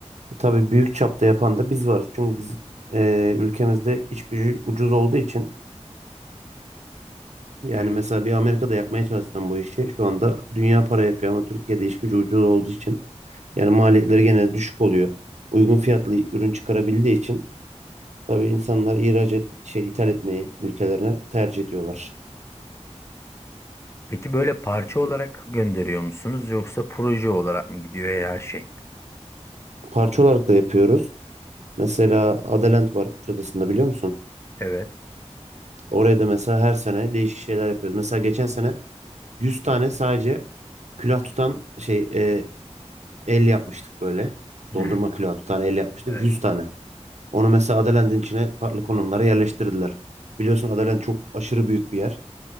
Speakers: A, on the right; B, on the left.
A: Tabii büyük çapta yapan da biz varız. Çünkü biz eee, ülkemizde iş gücü ucuz olduğu için yani
B: Evet.
A: mesela bir Amerika'da yapmaya çalışsam bu işi şu anda dünya para yapıyor ama Türkiye'de iş gücü ucuz olduğu için yani maliyetleri genelde düşük oluyor. Uygun
B: Hmm.
A: fiyatlı ürün çıkarabildiği için tabii insanlar ihraç et, şey ithal etmeyi ülkelerine tercih ediyorlar.
B: Peki böyle parça olarak gönderiyor musunuz yoksa proje olarak mı gidiyor her şey?
A: parça olarak da yapıyoruz. Mesela Adalent var Kuşadası'nda biliyor musun?
B: Evet.
A: Oraya da mesela her sene değişik şeyler yapıyoruz. Mesela geçen sene 100 tane sadece külah tutan şey e, el yapmıştık böyle.
B: Hmm,
A: Dondurma külahı tutan el yapmıştık
B: evet,
A: 100 tane. Onu mesela Adalent'in içine farklı konumlara yerleştirdiler. Biliyorsun Adalent çok aşırı büyük bir yer.